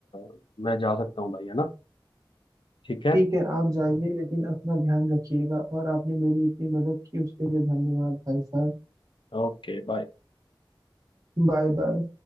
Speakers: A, on the left; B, on the right.
A: अ, मैं जा सकता हूँ भाई है ना ठीक है
B: ठीक है आप जाइए लेकिन अपना ध्यान रखिएगा और आपने मेरी इतनी मदद की उसके लिए धन्यवाद भाई साहब
A: ओके बाय
B: Bye bye